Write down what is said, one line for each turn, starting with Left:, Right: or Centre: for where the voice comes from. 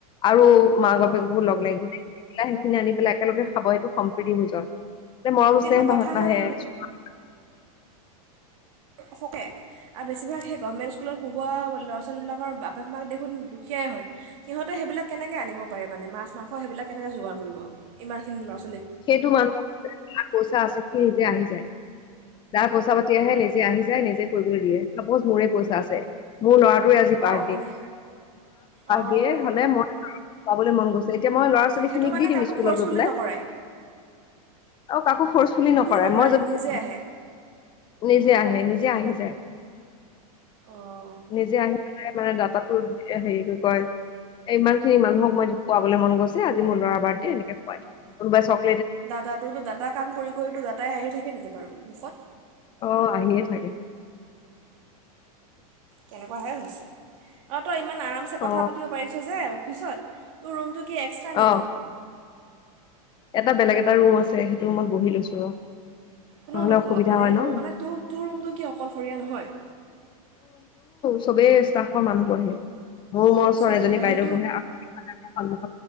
Left: আৰু মা
Right: অ'
Left: বাপেককো
Right: অ'
Left: লগ লাগিব দে সা সেইখিনি আনি পেলাই একেলগে খাব সেইটো সম্প্ৰীতি ভজনল <unintelligible> মইজ
Right: কিন্তু কথা
Left: পাহত পাহে
Right: হ'ল
Left: <unintelligible>
Right: শকে আৰু বেছিভাগ সেই গভমেণ্ট স্কুলত পঢ়োৱা ল'ৰা ছোৱালীবিলাকৰ বাপেক মাক দেখোন দুখীয়াই হয় সিহঁতে সেইবিলাক কেনেকৈ আনিব পাৰে মানে মাছ মাংস সেইবিলাক কেনেকৈ যোগাৰ কৰিব ইমানখিনি ল'ৰা ছোৱাল <unintelligible>
Left: সেইটো মানুহৰ পইচা আছে নিজে আহি যায় যাৰ পইচা পাতি আহে নিজে আহি যায় নিজে কৰিবলৈ দিয়ে চাপ'জ মোৰে পইচা আছে মোৰ ল'ৰা <unintelligible> জি পাৰ
Right: অঁ মানে অঁ
Left: দিয়ে হলে মই পাবলৈ মন গৈছে এতিয়া মই ল'ৰা ছোৱালীখিনিক
Right: সেইটো মানে
Left: দিম
Right: কাকো
Left: স্কুলত
Right: ফ'ৰ্চফুলি
Left: গৈ পেলাই
Right: নকৰাই
Left: অ কাকো ফৰ্চফুলি নকই
Right: নকৰাই
Left: মই যদি
Right: নিজে আহে
Left: নিজে আহে নি যে আহি যায়
Right: অঁ
Left: নিজে আহি মানে দাদাহতো হেৰি কি কয় এ ইমান খিনি মানুহক মই খুৱাবলৈ মন গৈছে আজি মোৰ লৰা বাৰ্থডে এনেকে খুৱাই কোনোবাই চ <unintelligible>
Right: দাদাতটোো দা কাম কৰি কৰিতটো দাতাই আহি থাকে <unintelligible> সেই নেকি বাৰু মিছত
Left: অ আহিয়ে থাকে
Right: কেনেকুৱাহে হৈছে অ তই ইমান আৰামছে কথা
Left: অ
Right: পাতিব পাৰিছ যে <unintelligible> পিছত তোৰ ৰুমটোত কি এক্সট্ৰা
Left: অ
Right: নেকি
Left: এটা বেলেগ এটা ৰুম আছে সেইটো ৰুমত বহি লৈছো ৰ
Right: কোনো
Left: নহলে অসুবিধা
Right: বেলেগ
Left: হয়
Right: এটা
Left: ন
Right: ৰুম মানে তোৰ টোৰ ৰুমটো কি অকলশৰীয়া নহয়
Left: চবেই ষ্টাফৰ মানুহ পহে <unintelligible> মোৰ মোৰ ছোৱালী
Right: চব
Left: এজনী
Right: বহে
Left: বাইদে
Right: সেইটো
Left: বহে আকৌন্ <unintelligible>